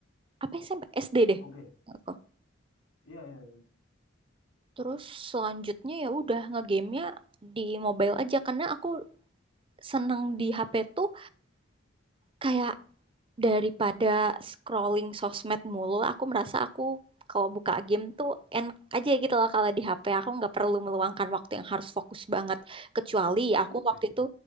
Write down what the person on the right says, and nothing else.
Apa S M P? S D deh.
Aku.
Terus selanjutnya ya udah ngegame-nya di mobile aja karena aku seneng di HP tuh kayak daripada scrolling sosmed mulu aku merasa aku kalau buka game tuh enak aja gitu loh kalau di HP aku nggak perlu meluangkan waktu yang harus fokus banget kecuali aku
waktu
itu